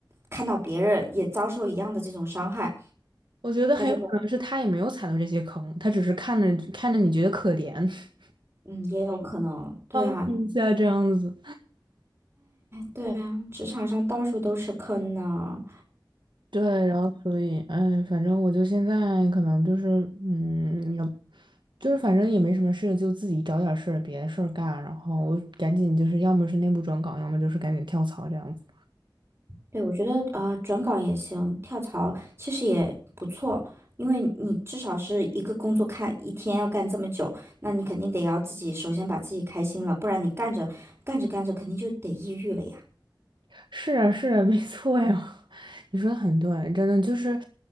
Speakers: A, on the right (about 35°); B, on the right (about 80°).
A: 看到别人也遭受一样的这种伤害，
B: 我觉得很有可能是他也没有踩到这些坑，
A: 他就会，
B: 他只是看着看着你觉得可怜，<laughs>
A: 嗯，也有可能，对啊，
B: 帮你一下这样子。
A: 对啊，职场上到处都是坑呢、
B: 对，然后所以，哎，反正我就现在可能就是，嗯，也就是反正也没什么事，就自己找点事儿，别的事儿干，然后赶紧就是，要么是内部转岗，要么就是赶紧跳槽这样子。
A: 对，我觉得呃，转岗也行，跳槽其实也不错，因为你至少是一个工作看一天要干这么久，那你肯定得要自己首先把自己开心了，不然你干着干着干着肯定就得抑郁了呀。
B: 是啊，是啊，没错呀，<laughs> 你说的很对，真的就是，